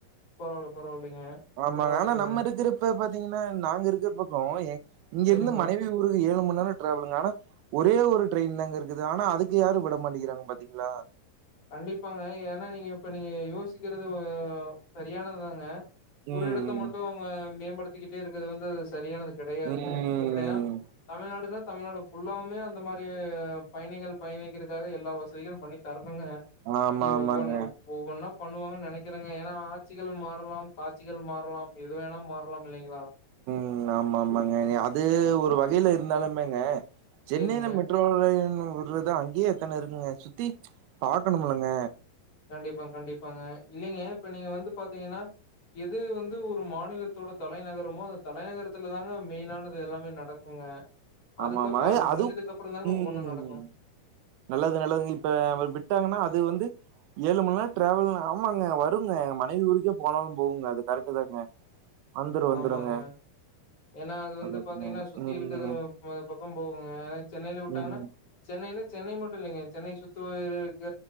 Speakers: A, on the left; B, on the right.
A: பரவால்ல பரவால்லைங்க
B: ஆமாங்க
A: பரவால்லைங்களே
B: ஆனா நம்ம இருக்கிறப்ப பாத் தீங்கன்னா நாங்க இருக்குற பக்கம் இங்க
A: செரிங்க
B: இருந்து மனைவி ஊர் ஏழு மணி நேர டிராவலுங்க ஆனா ஒரே ஒரு ட்ரெயின் தாங்க இருக்குது ஆனா அதுக்கு யாரும் விட மாட்டேங்கறாங்க பாத்தீங்களா
A: கண்டிப்பாங்க ஏன்னா நீங்க இப்ப நீங்க யோசிக்கிறது சரியானதாங்க
B: ம்
A: ஒரு இடத்த மட்டும் மேம்படுத்திக்கிட் டு இருக்குது வந்து அது சரியானது கெடையாதுங்க
B: ம்
A: எப்படின்னா
B: ம்
A: தமிழ்நாடுன்னா தமிழ்நாடு ஃபுல்லாவுமே அந்த மாதிரி பயணிகள் பயணிக்கிறதுக்காக எல்லா வசதிகளும் பண்ணி தர னுங்க
B: ஆமா
A: நீ
B: ஆமாங்க
A: ஒவ்வொன் ஒவ்வொன்னா பண்ணுவாங்கு நினைக்கிறேங்க ஏன்னா ஆட்சிகள் மாறலாம் காட்சிகள் மாறலாம் எது வேணா மாறலாம் இல்லைங்களா
B: ம் ஆமா ஆமாங்க அது ஒரு வகையில இருந்தாலுமேங்க சென்னையில
A: சேரிங்க.
B: மெட்ரோ ரயில் உடுறது அங்கேயே எத்தனை இருக்குங்க சுத்தி பாக்கணும்லங்க
A: கண்டிப்பா கண்டிப்பாங்க இல்லைங்க இப்ப நீங்க வந்து பாத்தீங்கன்னா எது வந்து ஒரு மாநிலத்தோட தலைநகரமோ அந்த தலைநகரத்துல தாங்க மெயின்னானது எல்லாமே நடக்குங்க அதுக்கப்புற
B: ஆமாமா
A: அது முடிஞ்சதுக்கு
B: அதுவும்
A: அப்புறம் தாங்க
B: ம்
A: ஒவ்வொன்னும் நடக்கும்.
B: நல்லது நல்லதுங்க இப்ப விட்டாங்கன்னா அது வந்து ஏழு மணி நேர டிராவல் ஆமாங்க வருங்க மனைவி ஊருக்கே போனாலும் போகுங்க அது கரெக்ட்டு தாங்க வந்துரு வந்துருங்க
A: ஆமாங்க ஏன்னா அது வந்து
B: நல்லதுங்க
A: பாத்தீங்கன்னா சுத்தி
B: ம்
A: இருக்குது பக்கம் போகுங்க ஏனா சென்னையில விட்டாங்கன்னா
B: ம்
A: சென்னையில சென்னை மட்டும் இல்லைங்க சென்னை சுத்துய இருக்க